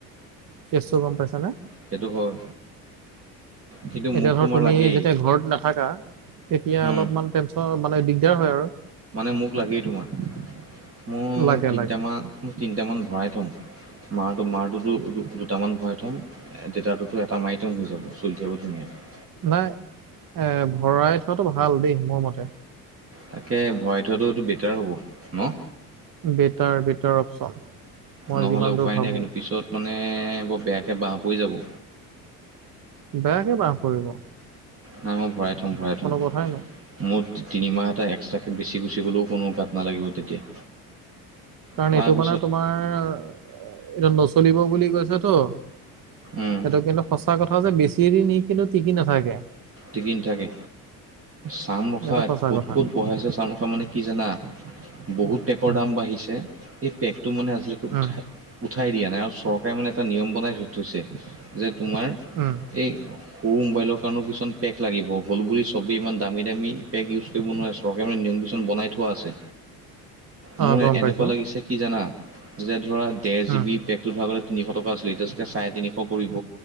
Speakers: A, on the right; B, on the right.
A: কেছটো গম পাইছানে?
B: সেইটো হয়। কিন্তু
A: এতিয়া
B: মোক
A: ধৰা
B: তোমাৰ
A: তুমি
B: লাগেই
A: যেতিয়া ঘৰত নাথাকা, তেতিয়া
B: উম
A: অলপমান টেনচন মানে দিগদাৰ হয় আৰু।
B: মানে মোক লাগেই তোমাৰ, মই
A: লাগে
B: তিনটামান
A: লাগে।
B: তিনটামান ভৰাই থ'ম। মাটো মাটোতো দু দুটামান ভৰাই থ'ম। দেতাৰটোটো এটা মাৰি থ'ম হৈ যাব, চলি থাকিব ধুনীয়াকৈ।
A: নাই, এ ভৰাই থোৱাটো ভাল দেই মোৰ মতে।
B: তাকে ভৰাই থোৱাটো এইটো বেটাৰ হ'ব ন।
A: বেটাৰ, বেটাৰ অপচন, মই
B: নহ'লে
A: যিমান
B: উপায়
A: দূৰ ভাবো।
B: নাই কিন্তু পিছত মানে, বৰ বেয়াকে বাঁহ পৰি যাব।
A: বেয়াকে বাঁহ পৰিব।
B: নাই মই ভৰাই থম, ভৰাই থম।
A: কোনো কথাই নাই
B: মুঠ তিনিমাহ এটা, এক্সট্ৰাকে বেছি গুচি গ'লেও কোনো গাত নালাগিব তেতিয়া।
A: কাৰণ
B: তাৰপিছত
A: এইটো মানে তোমাৰ, এইটো নচলিব বুলি কৈছে তো। সেইটো
B: উম
A: কিন্তু সঁচা কথা যে, বেছি দিন ই কিন্তু টিকি নাথাকে।
B: টিকি নথাকে, চাম ৰখা
A: এইটো সঁচা
B: ক'ত
A: কথা
B: ক'ত বহাইছ চাম ৰখা। মানে কি জানা, বহুত পেকৰ
A: উম
B: দাম বাঢ়িছে, এই পেকটো মানে আজিলৈ উঠাই
A: উম
B: উঠাই দিয়া নাই। আৰু চৰকাৰে মানে এটা নিয়ম বনাই থৈ থৈছে যে, তোমাৰ
A: উম।
B: এই, সৰু মোবাইলৰ কাৰণেও কিছন পেক লাগিব, হ'ল বুলি চবেই ইমান দামী, দামী পেক উচ কৰিব নোৱাৰে। চৰকাৰে মানে নিয়ম কিছুমান বনাই থোৱা আছে। মোৰ
A: অ গম
B: এনেকুৱা
A: পাইছো
B: লাগিছে কি জানা, যে ধৰা দেৰ জিবি
A: উম
B: পেক <unintelligible> তিনিশ টকা আছিলে, এতিয়া চাগে চাৰে তিনিশ কৰিব,